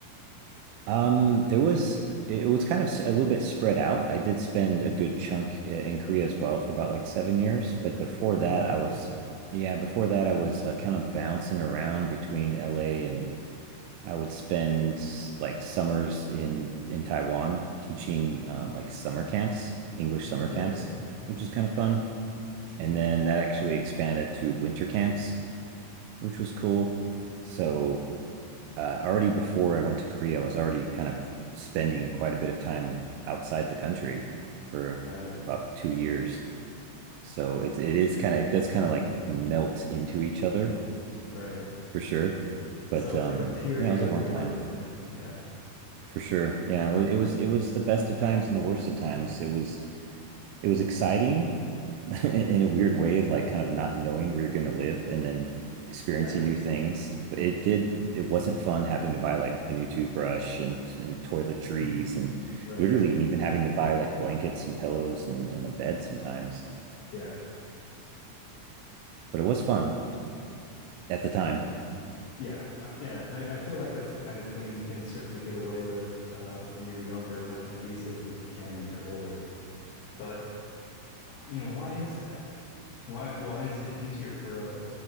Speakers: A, on the right; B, on the left.
A: Um, there was it was kind of s- a little bit spread out. I did spend a good chunk i- in Korea as well for about like seven years, but before that,
B: Oh, okay.
A: I was yeah, before that I was uh, kind of bouncing around between LA and I would spend s- like summers in in Taiwan teaching um, like summer camps, English summer camps,
B: Okay.
A: which was kind of
B: Yeah.
A: fun. And then that actually expanded to winter camps, which was cool. So uh, already before I went to Korea, I was already kind of spending quite a bit of time outside the country for
B: Right.
A: about two years. So it it is kind of it does kind of like melt into each other
B: Right.
A: for sure. But
B: So
A: um,
B: it's like a period
A: yeah, it was
B: of
A: a long
B: your
A: time
B: life then. Yeah.
A: for sure. Yeah, it was it was, it was the best of times and the worst of times. It was it was exciting <laughs> in a weird way of like kind of not knowing where you're going to live and then experiencing
B: Yeah.
A: new things but it did it wasn't fun having to buy like a new toothbrush and and toiletries
B: <laughs>
A: and
B: Right.
A: literally and even having to buy like blankets and pillows and, and a bed sometimes
B: Yeah.
A: but it was fun at the time
B: Yeah. Uh, yeah. I, I feel like that's the kind of thing you can certainly get away with um, when you're younger much more easily than you can when you're older. But, you know, why is that? Why why is it easier for a